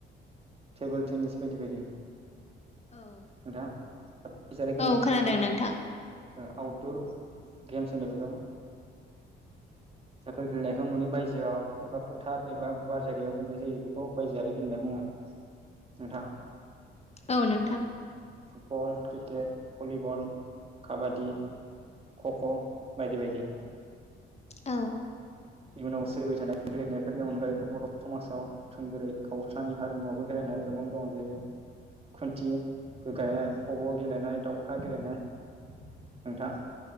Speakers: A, on the right; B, on the left.
A: टेबोल टेनिस बायदि बायदि
B: औ
A: नोंथां <inaudible> गेलेनायनि
B: औ खोनादों
A: सायाव बुंनोसै
B: नोंथां
A: ओ आउटदुर गेम्स होनो बेखौ
B: <inaudible>
A: जायफोर गेलेनायखौ न'नि बायजोआव एबा फोथार एबा गुवार जायगायाव गेलेनाय जायो बेखौ बायजोआरि गेलेनाय बुंङो,
B: <inaudible>
A: नोंथां
B: औ नोंथां
A: football, cricket, volleyball, kabaddi, kho kho बायदि बायदि
B: औ
A: इयुनाव सोलिबाय थानाय गेलेनायफोरनि अनगायैबो बर' समाजाव थोंगोरै गावस्रानि हारिमुआवबो गेलेनाय गोबां दं जे खुन्थि गो-गायनाय खब' गेलेनाय दावखा गेलेनाय नोंथां